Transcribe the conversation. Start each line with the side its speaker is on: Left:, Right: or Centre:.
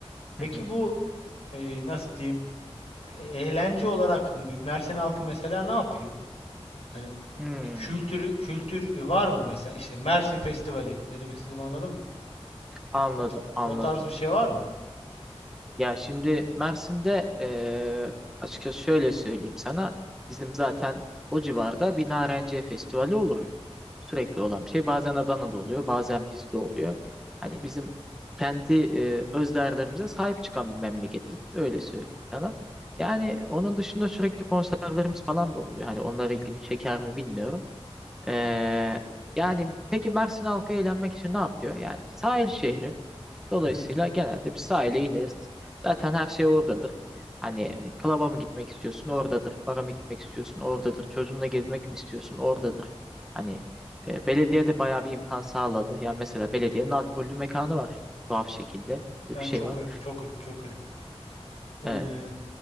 Left: Peki
Centre: hı hı.
Left: bu e, nasıl diyeyim e- eğlence olarak m- Mersin halkı mesela ne yapıyor? Hani
Centre: Hmm.
Left: bir kültürü kültür var mı mesela işte Mersin Festivali ne demek istediğimi anladın mı?
Centre: Anladım,
Left: O, ta-
Centre: anladım.
Left: o tarz bir şey var mı?
Centre: Ya şimdi Mersin'de eee açıkçası şöyle söyleyeyim sana. Bizim zaten o civarda bir Narenciye Festivali olur. Sürekli olan bir şey. Bazen Adana'da oluyor, bazen bizde oluyor. Hani bizim kendi eee öz değerlerimize sahip çıkan bir memleketiz. Öyle söyleyeyim sana. Yani onun dışında sürekli konserlerimiz falan da oluyor. Hani onlara ilgini çeker mi bilmiyorum. Eee, yani peki Mersin halkı eğlenmek için ne yapıyor? Yani sahil şehri. Dolayısıyla
Left: Hı hı.
Centre: genelde bir sahile ineriz. Zaten her şey oradadır. Hani klaba mı gitmek istiyorsun oradadır. Bara mı gitmek istiyorsun oradadır. Çocuğunla gezmek mi istiyorsun oradadır. Hani e, belediye de bayağı bir imkan sağladı. Yani mesela belediyenin alkollü mekanı var. Tuhaf şekilde. Bir de
Left: Yani
Centre: bir şey
Left: çok
Centre: var.
Left: garip, çok garip, çok garip. Ee,
Centre: Evet.